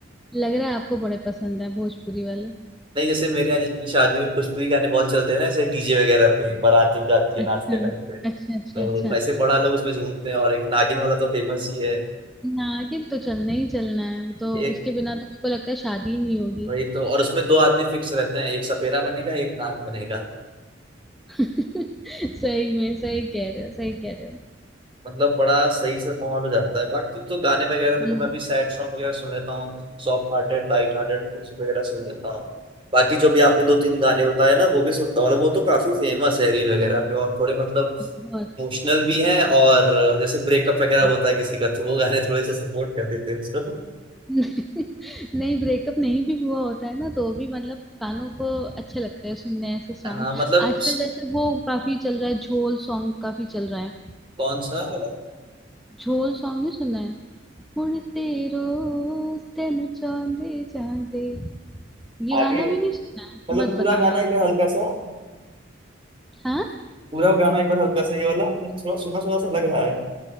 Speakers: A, in the centre; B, on the right.
A: लग रहा है आपको बड़े पसंद है भोजपुरी वाले
B: नहीं जैसे मेरे यहाँ जिसकी शादी में भोजपुरी गाने बहुत चलते हैं ना ऐसे डीजे वगैरह पे बारात जब जाती है
A: अच्छा
B: नाचते टाइम पे
A: अच्छा
B: तो
A: अच्छा अच्छा
B: ऐसे बड़ा लोग उसमें झूमते हैं और एक नागिन वाला तो फेमस ही
A: नागिन तो चलना ही चलना है वो तो
B: है
A: उसके बिना तो मुझको लगता है शादी ही नहीं होगी
B: वही तो और उसमें दो आदमी फिक्स रहते हैं एक सपेरा बनेगा एक नाग बनेगा
A: <laughs> सही में सही कह रहे हो सही कह रहे हो
B: मतलब बड़ा सही से माहौल हो जाता है बाकी तो गाने वगैरह देखो
A: हम्म,
B: मैं भी सैड सॉन्ग वगैरह सुन लेता हूँ soft hearted light hearted music वगैरह सुन लेता हूँ बाकी जो भी आपने दो तीन गाने बताए ना वो भी सुनता हूँ और वो तो काफी फेमस है रील वगैरह पे और थोड़े मतलब
A: बहुत
B: इमोशनल भी हैं और जैसे ब्रेकअप वगैरह
A: हाँ
B: होता है किसी का तो वो गाने थोड़े से सपोर्ट कर देते हैं उसको
A: <laughs> नहीं ब्रेकअप नहीं भी हुआ होता है ना तो भी मतलब कानों को अच्छे लगते हैं सुनने ऐसे सॉन्ग
B: हाँ मतलब
A: आजकल जैसे वो काफी चल रहा है झोल सॉन्ग काफी चल रहा है
B: कौन सा वाला?
A: झोल सॉन्ग नहीं सुना मुड़ तेरो तेनु चांदे चांदे ये गाना
B: आगे
A: भी नहीं सुना है
B: मतलब
A: मत
B: पूरा
A: बताना
B: गाना
A: ये
B: एकदम हल्का सा
A: हाँ
B: पूरा गाना एक बार हल्का सा ये वाला मुझे थोड़ा सुना सुना सा लग रहा है